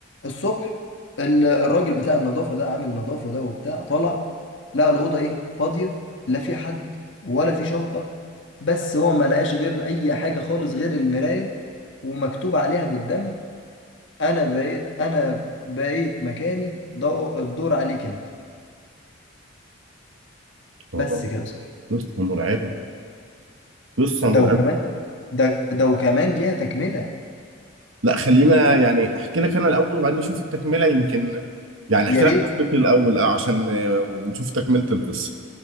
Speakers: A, on the left; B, on the right.
A: الصبح ال- الراجل بتاع النظافة ده عامل نظافة ده وبتاع طلع لقى الأوضة إيه فاضية لا في حد ولا في شنطة بس هو ما لقاش غير أي حاجة خالص غير المراية ومكتوب عليها بالدم أنا بقيت أنا بقيت مكاني ضو... الدور عليك أنت
B: آه.
A: بس كده صح
B: قصه مرعبه قصه
A: ده
B: مرعبه
A: وكمان ده ده وكمان ليها تكملة
B: لا خلينا يعني احكي لك انا الاول وبعدين نشوف التكمله يمكن يعني احكي
A: يا ريت
B: لك قصتي الاول آه، عشان آه، ونشوف تكمله القصه